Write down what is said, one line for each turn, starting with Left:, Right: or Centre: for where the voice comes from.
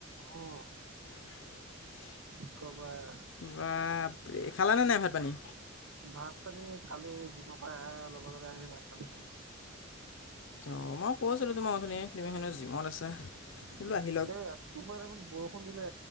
Right: অ'।
Left: <inaudible>
Right: কি কবা
Left: বাপৰে! খালানে নাই ভাত-পানী?
Right: ভাত-পানী খালো, এ জিমৰ পা অলপ আগত আহি ভাত-পানী খালো।
Left: অ' মই কৈছিলোঁ তোমাক অথনি তুমি হেনো জিমত আছা।
Right: এ
Left: বোলো আহি লওক
Right: ৰাতিপুৱা দেখোন বৰষুণ দিলে।